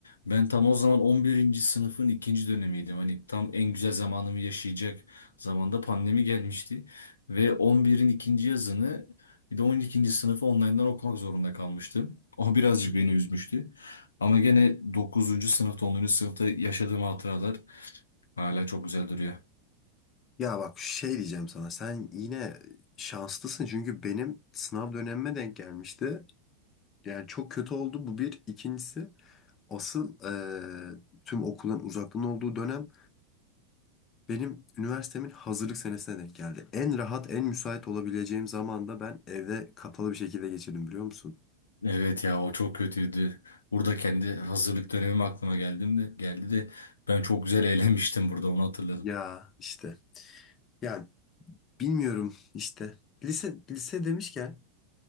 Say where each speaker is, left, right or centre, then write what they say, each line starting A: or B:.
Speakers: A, on the left; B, on the left.
A: Ben tam o zaman on birinci sınıfın ikinci dönemiydim. Hani tam en güzel zamanımı yaşayacak zamanda pandemi gelmişti. Ve on birin ikinci yazını bir de 12. sınıfı online'dan okumak zorunda kalmıştım. O birazcık beni üzmüştü. Ama gene dokuzuncu sınıfta 10. sınıfta yaşadığım hatıralar hala çok güzel duruyor.
B: Ya bak şey diyeceğim sana. Sen yine şanslısın çünkü benim sınav dönemime denk gelmişti. Yani çok kötü oldu bu bir. İkincisi asıl eee, tüm okulun uzaktan olduğu dönem. Benim üniversitemin hazırlık senesine denk geldi. En rahat, en müsait olabileceğim zamanda ben evde kapalı bir şekilde geçirdim biliyor musun?
A: Evet ya o çok kötüydü. Burada kendi hazırlık dönemim aklıma geldim de geldi de ben çok güzel eğlenmiştim burada onu hatırladım.
B: Ya işte. Yani bilmiyorum işte. Lise, lise demişken